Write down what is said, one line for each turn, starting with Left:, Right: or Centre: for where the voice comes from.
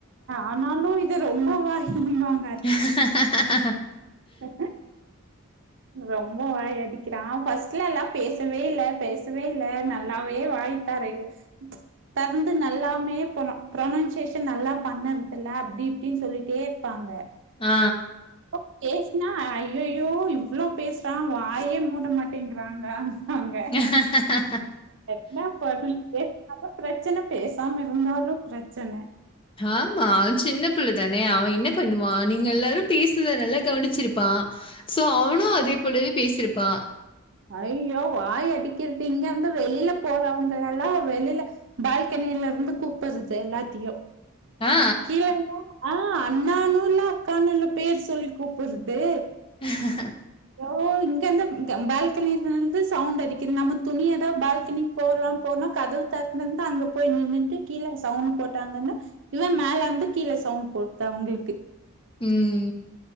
Right: ஆனாலும் இது ரொம்ப வாயிம்பாங்க
Left: ஹா
Right: ஹா ரொம்ப வாய் அடிக்கிறான் ஃபஸ்ட்ல எல்லா பேசவே இல்ல பேசவே இல்ல நல்லாவே வாய் தாரெ உ தந்து நல்லாமே ப்னொ ப்ரொனன்சேஷன் நல்லா பண்ணறதுல்ல அப்டி இப்டின்னு சொல்லிட்டே இருப்பாங்க
Left: ஆ
Right: இப்ப பேசுனா அய்யய்யோ இவளோ பேசுறா வாயே மூட மாட்டேங்க்றான்டா ம்பாங்க
Left: ஹ
Right: என்னா பண்ண பேசுனாலு ப்ரச்சன பேசாம இருந்தாலு ப்ரச்சன
Left: ஆமா சின்ன பிள்ளதான அவே என்ன பண்ணுவா நீங்க எல்லாரும் பேசுறத நல்லா கவனிச்சிருப்பா ஸோ அவனு அதேபோலவே பேசியிருப்பான்
Right: ஐயோ வாய் அடிக்கறது இங்க வந்து வெளில போறவுங்கலெல்லா வெளில பால்கனியில இருந்து கூப்பறது எல்லாத்தையு
Left: ஆ.
Right: கீழ வா ஆ அண்ணானுல்ல அக்கானு இல்ல பேர் சொல்லி கூப்பறது
Left: ஹ
Right: அஹோ இங்கெந்து பால் பால்கனிலருந்துவுண்ட் அடிக்குது நம்ம துணியதா பால்கனி போலாம் போனா கதவு தர் முந்தா அங்க போய் நின்னுட்டு கீழே சவுண்ட் போட்டாங்கன்னா இவே மேலருந்து கீழ சவுண்ட் போட்தா அவுங்களுக்கு
Left: உம்